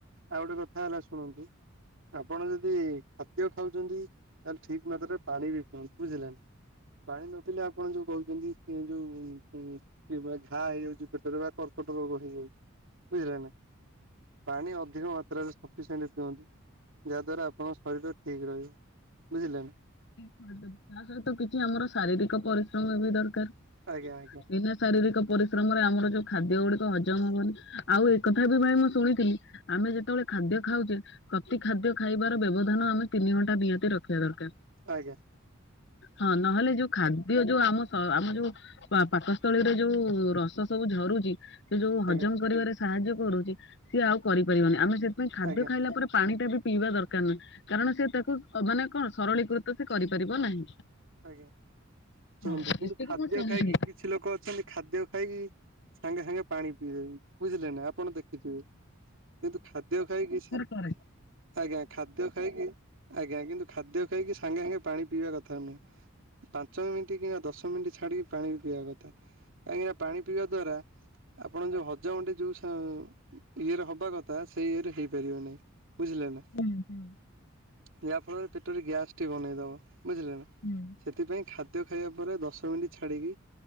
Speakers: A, on the right (about 65°); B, on the left (about 60°).
A: ଆଉ ଗୋଟେ କଥା ହେଲା ଶୁଣନ୍ତୁ ଆପଣ ଯଦି ଖାଦ୍ୟ ଖାଉଛନ୍ତି ତାହେଲେ ଠିକ୍ ମାତ୍ରାରେ ପାଣି ବି ପିଅନ୍ତୁ। ବୁଝିଲେ ନା ପାଣି ନ ପିଇଲେ ଆପଣ ଯୋଉ କହୁଛନ୍ତି ଇଏ ଯୋଉ କି <unintelligible> ଘା ହେଇଯାଉଛି ପେଟରେ ବା କର୍କଟ ରୋଗ ହେଇଯାଉଛି। ବୁଝିଲେ ନା ପାଣି ଅଧିକ ମାତ୍ରାରେ ସଫସିଏଣ୍ଟ୍ ପିଅନ୍ତୁ। ଯାହାଦ୍ୱାରା ଆପଣଙ୍କ ଶରୀର ଠିକ୍ ରହିବ ବୁଝିଲେନା?
B: <unintelligible> ତା ସହିତ କିଛି ଆମର ଶାରୀରିକ ପରିଶ୍ରମ ବି ଦରକାର।
A: ଆଜ୍ଞା ଆଜ୍ଞା।
B: ବିନା ଶାରୀରିକ ପରିଶ୍ରମରେ ଆମର ଯୋଉ ଖାଦ୍ୟ ଗୁଡିକ ହଜମ ହଉନି ଆଉ ଏକଥା ବି ଭାଇ ମୁଁ ଶୁଣିଥିଲି ଆମେ ଯେତେବେଳେ ଖାଦ୍ୟ ଖାଉଛେ ପ୍ରତି ଖାଦ୍ୟ ଖାଇବାର ବ୍ୟବଧାନ ଆମେ ତିନି ଘଣ୍ଟା ନିହାତି ରଖିବା ଦରକାର।
A: ଆଜ୍ଞା
B: ହଁ ନହେଲେ ଯୋଉ ଖା ଯୋଉ ଯୋଉ ଆମ -ସ- ଆମ ଯୋଉ ପା ପାକସ୍ଥଳୀରେ ଯୋଉ ରସ ସବୁ ଝରୁଛି ସେ ଯୋଉ ହଜମ
A: ଆଜ୍ଞା
B: କରିବାରେ ସାହାଯ୍ୟ କରୁଛି ସିଏ ଆଉ କରିପାରିବନି ଆମେ ସେଥିପାଇଁ ଖାଦ୍ୟ
A: ଆଜ୍ଞା
B: ଖାଇଲା ପରେ ପାଣି ଟା ବି ପିଇବା ଦରକାର ନା କାରଣ ସେ ତାକୁ ମାନେ କଣ ସରଳୀକୃତ ସେ କରିପାରିବ ନାହିଁ।
A: ଆଜ୍ଞା ଶୁଣନ୍ତୁ
B: ହଁ
A: କିନ୍ତୁ
B: ଏତିକି
A: ଖାଦ୍ୟ
B: ମୁଁ ଶୁଣିଥିଲି
A: ଖାଇକି କି କିଛି ଲୋକ ଅଛନ୍ତି ଖାଦ୍ୟ ଖାଇକି ସାଙ୍ଗେ ସାଙ୍ଗେ ପାଣି ପିଇ <unintelligible> ବୁଝିଲେ ନା ଆପଣ ଦେଖି ଥିବେ କିନ୍ତୁ ଖାଦ୍ୟ ଖାଇକି ସା
B: କରେ
A: ଆଜ୍ଞା ଖାଦ୍ୟ ଖାଇକି ଆଜ୍ଞା କିନ୍ତୁ ଖାଦ୍ୟ ଖାଇକି ସାଙ୍ଗେ ସାଙ୍ଗେ ପାଣି ପିଇବା କଥା ନୁହଁ। ପାଞ୍ଚ ମିନିଟ କିମ୍ବା ଦଶ ମିନିଟ୍ ଛାଡିକି ପାଣି ପିଇବା କଥା କାହିଁକିନା ପାଣି ପିଇବା ଦ୍ଵାରା ଆପଣ ଯୋଉ ହଜମ ଟି ଯୋଉ ସ ଇଏରେ ହବା କଥା ସେଇ ଇଏ ରେ ହେଇପାରିବ ନାହିଁ ବୁଝିଲେ ନା?
B: ହୁଁ ହୁଁ।
A: ଯାହାଫଳରେ ପେଟରେ ଗ୍ୟାସ୍ ଟି ବନେଇଦବ ବୁଝିଲେ ନା।
B: ହୁଁ।
A: ସେଥିପାଇଁ ଖାଦ୍ୟ ଖାଇବା ପରେ ଦଶ ମିନିଟ୍ ଛାଡିକି